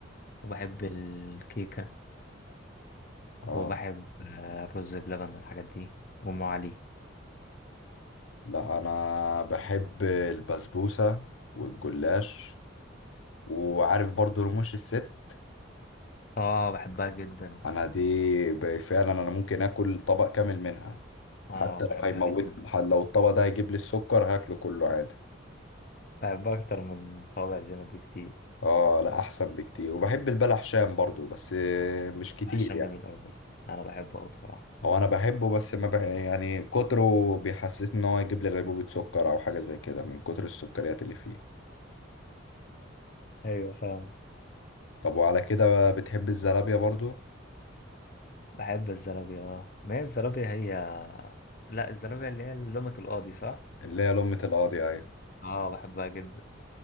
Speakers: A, on the left (about 45°); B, on the left (about 75°).
A: وبحب الكيكه
B: اه
A: وبحب آه، الرز بلبن والحاجات دي وام علي
B: لا انا بحب البسبوسة والجلاش وعارف برضو رموش الست
A: اه بحبها جدا
B: انا دي ب- فعلا انا ممكن اكل طبق كامل منها
A: اه
B: حتى لو
A: بحبها
B: هيموتني
A: جدا
B: ح- لو الطبق ده هيجيب لي السكر هاكله كله عادي
A: بحبها اكتر من صوابع زينب بكتير
B: اه لا احسن بكتير وبحب البلح شام برضو بس مش كتير
A: عشان جميل قوي انا بحبه قوي بصراحه
B: هو انا بحبه بس ما بح... يعني كتره بيحسسني ان هو يجيب لي غيبوبة سكر او حاجة زي كده من كتر السكريات اللي فيه
A: ايوه فاهم
B: طب وعلى كده بقى بتحب الزلابية برضو
A: بحب الزلابية اه ما هي الزلابية هي لا الزلابية اللي هي لومة القاضي صح؟
B: اللي هي لمة القاضي اهي
A: اه بحبها جدا